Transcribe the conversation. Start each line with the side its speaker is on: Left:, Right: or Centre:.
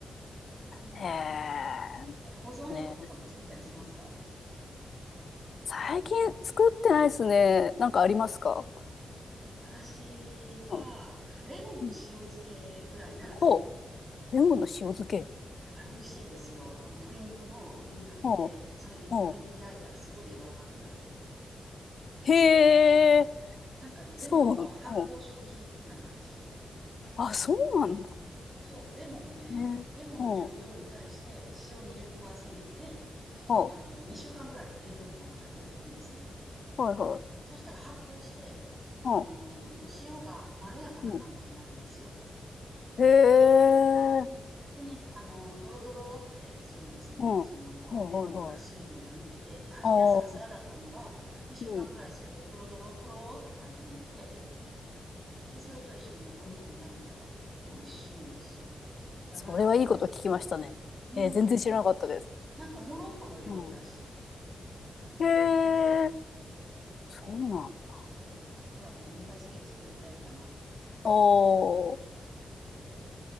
Right: うん。
Left: へえ。
Right: え、保存食とかも作ったりしますか
Left: ね、最近作ってないですね。なんかありますか
Right: 私は、
Left: うん。
Right: レモンの塩漬けぐらいなら作る。
Left: うんほう。レモンの塩漬け。
Right: あれ美味しいですよ。あの、鶏肉の上にかけて、
Left: ほ
Right: それで鶏肉焼いたらすごい柔らかくなる。
Left: う。へえ、
Right: なんかね、レモンの発酵食品的な感じ。
Left: そう、うん。あ、そうなんだ
Right: そう、レモンをね、
Left: ね。
Right: レモンの重量に対して塩20%
Left: うん、うん、
Right: で、
Left: うん、は
Right: あの、2週間ぐらい冷蔵庫の中で置いとくんですね。
Left: いはい、
Right: そしたら発酵して、
Left: う
Right: あの、もう塩がまろやかな感じになるんですよ。
Left: ん、うん。へえ、
Right: うん。でね、あの、ドロドロってするんですね。
Left: うん、
Right: その、
Left: はいはいはい。
Right: レモンから水分が抜けて、で、初めはサラサラだったのが、
Left: ああ、
Right: 2週間ぐらいすると、
Left: うん、うん。
Right: ドロドロ、とろーって感じになって、で、それと一緒にね、お肉炒めたら、美味しいんですよ。柔らかくなる。
Left: それはいいこと聞きましたね。
Right: うん。
Left: えー全然知らなかったです。
Right: なんか、モロッコの料理らしい。
Left: うん。へえ、そうなんだ。
Right: そう。あとはもう、ぬか漬け作るぐらいかな。
Left: おー、
Right: そ